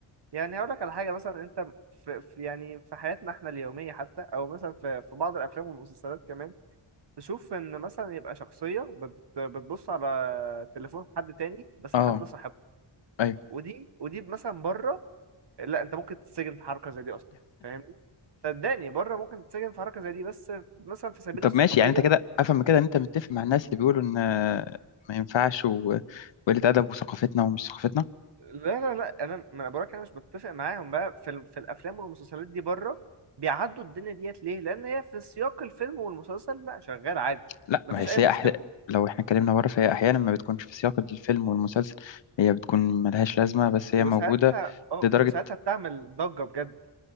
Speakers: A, on the right; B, on the left.
A: يعني هقول لك على حاجه مثلا انت في, في يعني في حياتنا احنا اليوميه حتى او مثلا في, في بعض الافلام والمسلسلات كمان تشوف ان مثلا يبقى شخصيه بت بتبص على تليفون حد تاني بس
B: اه
A: الحد ده صاحبه
B: ايوه
A: ودي ودي مثلا بره لا انت ممكن تتسجن في حركه زي دي اصلا فاهمني صدقني بره ممكن تتسجن في حركه زي دي بس مثلا في سبيل
B: طب
A: الصحوبيه
B: ماشي يعني انت كده افهم من كده ان انت متفق مع الناس اللي بيقولوا ان آه، ما ينفعش و- وقلة أدب وثقافتنا ومش ثقافتنا
A: لا لا لا انا ما انا بقولك انا مش بتفق معاهم بقى في, ال- في الافلام والمسلسلات دي بره بيعدوا الدنيا ديت ليه لان هي في سياق الفيلم والمسلسل لا شغال عادي
B: لا
A: مفيش
B: ما هي سيئة
A: اي مشكله
B: أح... لو احنا اتكلمنا بره فهي أحيانا ما بتكونش في سياق الفيلم والمسلسل هي بتكون ملهاش لازمة بس هي
A: وساعتها
B: موجودة
A: اه
B: لدرجة
A: وساعتها بتعمل ضجه بجد